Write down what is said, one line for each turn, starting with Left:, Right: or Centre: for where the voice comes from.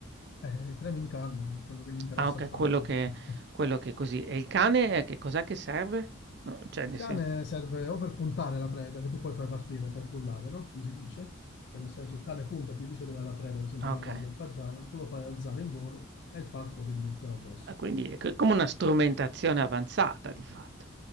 Left: Eh, il premio in carne, quello che gli interessa
Right: Ah okay,
Left: al falco.
Right: quello che
Left: <laughs>
Right: quello che così. E il cane eh, che cos'è che serve? No, cioè
Left: Il
Right: nel
Left: cane
Right: senso
Left: serve o per puntare la preda, che tu poi fai partire, fai frullare, no? Come si dice? Cioè, nel senso, il cane punta, ti dice dov'è la preda, per esempio
Right: ah
Left: la
Right: okay.
Left: quaglia, il fagiano, tu lo fai alzare in volo e il falco si butta addosso.
Right: Ah, quindi è c come una strumentazione avanzata di fatto.